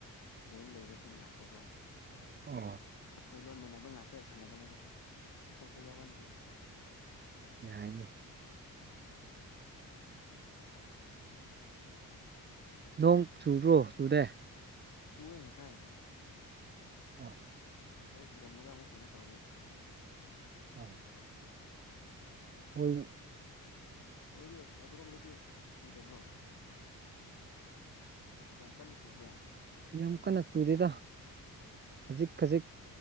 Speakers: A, on the left (about 60°); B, on the right (about 30°).
A: ꯔꯦꯟ ꯂꯩꯕꯁꯤꯡ ꯂꯥꯛꯄꯀꯣ ꯑꯗꯨ
B: ꯑꯣ
A: ꯑꯩꯈꯣꯏ ꯂꯣꯟ ꯃꯅꯕ ꯉꯥꯛꯇ ꯁꯥꯟꯅꯕꯅꯤꯗ ꯑꯇꯣꯞꯄ ꯌꯥꯎꯍꯟꯗꯦ
B: ꯌꯥꯏꯅꯦ ꯅꯣꯡ ꯆꯨꯕ꯭ꯔꯣ ꯆꯨꯗꯦ
A: ꯆꯨꯋꯦꯉꯁꯥꯏ
B: ꯑ
A: ꯉꯁꯥꯏ ꯆꯨꯔꯝꯃꯒ ꯑꯃꯨꯛ ꯀꯩꯅꯣ ꯇꯧꯔꯦ
B: <inaudible> ꯑꯈꯣꯏꯒꯤ
A: ꯅꯣꯏꯗꯤ ꯑꯗꯨꯔꯣꯝꯗꯗꯤ ꯆꯨꯗꯕ꯭ꯔꯣ ꯌꯥꯝ ꯀꯟꯅ ꯆꯨꯕ꯭ꯔꯥ
B: ꯌꯥꯝ
A: ꯉꯁꯥꯏ
B: ꯀꯟꯅ ꯆꯨꯗꯦꯗ ꯈꯖꯤꯛ ꯈꯖꯤꯛ